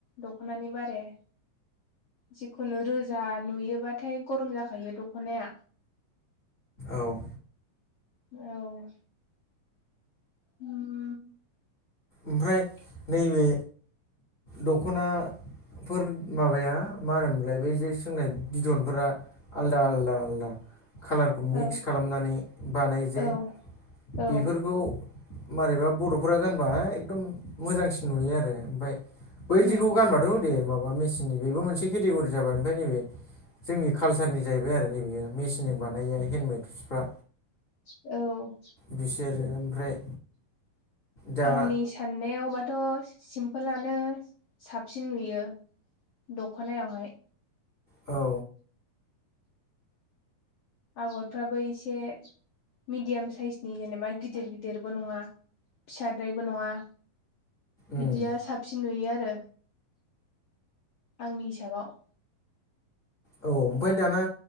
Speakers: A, on the left; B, on the left.
A: दख'नानि बारे जिखुनु रोजा नुयोबाथाय गरम जाखायो दख'नाया।
B: औ।
A: औ। म
B: ओमफ्राय नैबे दख'ना फोर माबाया मा होनोमोनलायबाय जे सोंनाय बिदनफोरा आलदा आलदा आलदा खालार मिक्स
A: औ
B: खालामनानै बानाय जे
A: औ औ
B: बेफोरखौ मारैबा बर'फोरा गानबा एकदम मोजांसिन नुयो आरो ओमफफ्राय बै
A: उम
B: जिखौ गानबाथ' दे माबा मेचननि बेबो मोनसे केटेगरि जाबाय ओमफ्राय नैबे जोंनि कालसारनि जाहैबाय आरो नैबयो मेसिनजों बानायो हेनदमेडसफ्रा
A: औ।
B: बिसोरो ओमफ्राय दा
A: आंनि साननायावबाथ' सिमपोलानो साबसिन नुयो दख'नायावहाय
B: औ
A: आगरफ्राबो एसे मिडियाम साइसनि जेनेबा गिदिर गिदिरबो नंङा। फिसाद्रायबो नङा
B: उम
A: बिदिया साब फिन नुयो आरो आंनि हिसाबाव
B: औ ओमफ्राय दाना